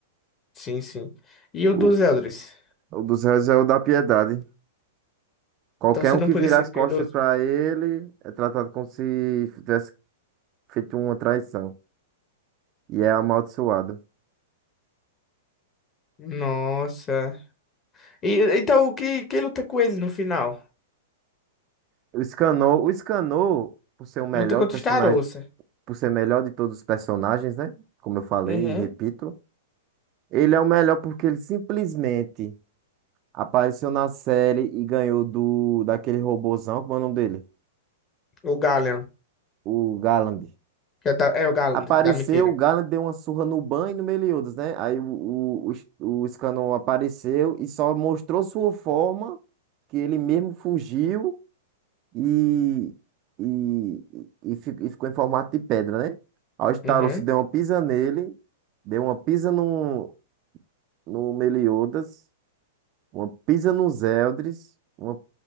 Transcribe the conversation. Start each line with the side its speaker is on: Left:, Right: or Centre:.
Left: Sim, sim. E o
Right: O,
Left: dos Eldris?
Right: o dos Elders é o da piedade. Qualquer
Left: Então você
Right: um
Left: não
Right: que
Left: podia
Right: virar
Left: ser
Right: as
Left: piedoso?
Right: costas para ele é tratado como se tivesse feito uma traição e é amaldiçoado.
Left: Nossa. E, então quem, quem luta com ele no final?
Right: O Scanor, o Scanor, por ser o melhor
Left: Luta contra
Right: personagem,
Left: o Star Wars.
Right: por ser melhor de todos os personagens, né? Como eu falei
Left: Uhum.
Right: e repito, ele é o melhor porque ele simplesmente Apareceu na série e ganhou do daquele robozão, como é o nome dele?
Left: O Galleon.
Right: O Galland.
Left: Que é, da- é o Galleon,
Right: Apareceu,
Left: que dá mentira.
Right: o Galland deu uma surra no Ban e no Meliodas, né? Aí o, o, o, S- o Scannon apareceu e só mostrou sua forma, que ele mesmo fugiu e, e, e, fi- e ficou em formato de pedra, né? Aí o Starost
Left: Uhum.
Right: deu uma pisa nele, deu uma pisa no, no Meliodas, uma pisa nos Eldris, uma